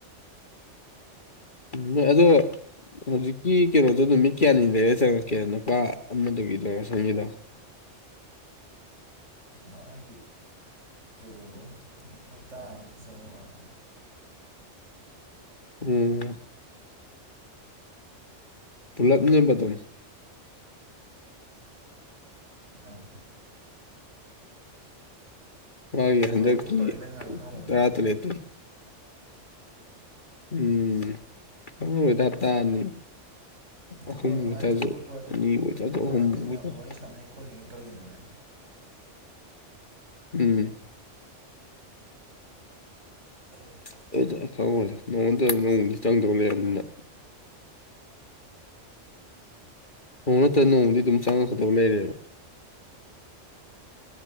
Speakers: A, on the left; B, on the right.
A: ꯎꯝ ꯑꯗꯣ ꯍꯧꯖꯤꯛꯀꯤ ꯀꯩꯅꯣꯗꯣ ꯅꯨꯃꯤꯠ ꯀꯌꯥꯅꯤ ꯂꯩꯔꯥ ꯆꯪꯉꯛꯀꯦ ꯅꯨꯄꯥ ꯑꯃꯗꯨꯒꯤꯗꯣ ꯑꯁꯣꯝꯒꯤꯗꯣ꯫
B: ꯃꯥꯒꯤ ꯗꯨ ꯍꯞꯇꯥ ꯑꯃꯨꯛ ꯆꯪꯕ ꯃꯥꯜꯂꯤ꯫
A: ꯎꯝ꯫ ꯄꯨꯂꯞꯅꯦꯕ ꯑꯗꯨꯝ꯫
B: ꯑꯥ꯫
A: ꯃꯥꯒꯤ
B: ꯑꯗꯨꯝ
A: ꯍꯟꯗꯛꯀꯤ
B: ꯑꯇꯣꯞꯄ ꯊꯕꯛ ꯇꯧꯔꯤꯉꯩꯗ ꯉꯥꯏꯕ ꯈꯪꯍꯧꯗꯕꯅꯤꯗ
A: ꯇꯔꯥꯇꯔꯦꯠꯇꯨ ꯎꯝ ꯈꯪꯍꯧꯔꯣꯏꯗ ꯍꯞꯇꯥ ꯑꯅꯤ꯫
B: ꯊꯕꯛ
A: ꯑꯍꯨꯝ
B: ꯑꯗꯨꯃꯥꯏ
A: ꯑꯣꯏꯇꯥꯔꯁꯨ
B: ꯊꯕꯛ ꯇꯣꯞꯄꯗꯤ
A: ꯑꯅꯤꯕꯨ ꯑꯣꯏꯇꯥꯔꯁꯨ
B: ꯗꯨꯝ ꯃꯥ
A: ꯑꯍꯨꯝꯕꯨ
B: ꯑꯇꯩ ꯃꯌꯥꯝꯗꯣ
A: ꯑꯣꯏꯇꯥꯔꯁꯨ
B: ꯋꯥꯔꯤ ꯁꯥꯟꯅꯩ ꯈꯣꯠꯂꯤꯉꯩ ꯇꯧꯔꯤꯉꯩꯗꯅ꯫
A: ꯎꯝ
B: <inaudible>
A: <inaudible> ꯅꯣꯡꯃ ꯅꯠꯇ꯭ꯔꯥꯒ ꯅꯣꯡꯃꯗꯤ ꯑꯗꯨꯝ ꯆꯪꯉꯛꯀꯗꯧ ꯂꯩꯔꯦꯕ